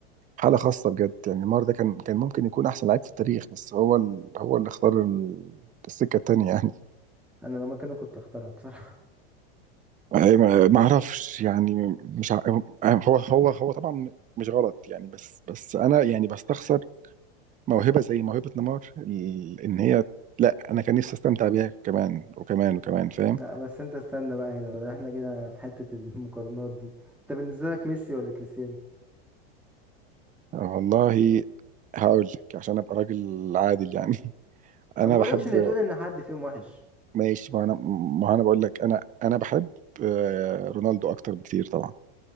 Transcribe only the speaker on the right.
حالة خاصة بجد يعني نيمار ده كان كان ممكن يكون أحسن لعيب في التاريخ بس هو ال... هو اللي اختار ال... السكة التانية يعني
أي ما ما أعرفش يعني مش ع... هو هو هو طبعا مش غلط يعني بس بس أنا يعني بستخسر موهبة زي موهبة نيمار ال... إن هي لا أنا كان نفسي أستمتع بيها كمان وكمان وكمان
فاهم
والله هقول لك عشان ابقى راجل عادل يعني <laughs> انا
بحب
ماشي ما انا ما انا بقول لك انا انا بحب آه، رونالدو اكتر بكتير طبعا